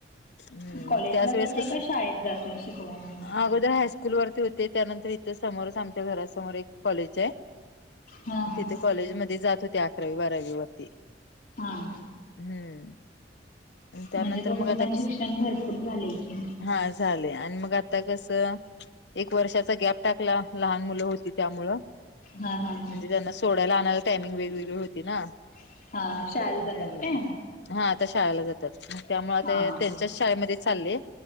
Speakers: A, on the left; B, on the left.
A: हम्म,
B: कॉलेजला
A: मग त्याच
B: जाताय
A: वेळेस कस
B: का शाळेत जाताय शिकवायला मग
A: अगोदर हायस्कूल स्कूल वरती होते त्यानंतर इथं समोरच आमच्या घरासमोर एक कॉलेज आहे.
B: हा हा
A: तिथे कॉलेज मध्ये जात होते अकरावी, बारावी वरती.
B: हा
A: हम्म, आणि त्यांना
B: म्हणजे तुमचं
A: आता
B: पण
A: कस?
B: शिक्षण भरपूर झालंय की
A: हा झालय आता कस एक वर्षाचा गॅप टाकला लहान मुलं होती त्यामुळं.
B: हा हा.
A: म्हणजे त्यांना सोडायला आणायला टायमिंग वेगवेगळी होती ना.
B: हां हां शाळेला
A: हम्म,
B: जातात काय
A: हा आता शाळाला जातात. त्यामुळे
B: हां
A: ते
B: हां
A: त्यांच्याच शाळेमध्ये चालले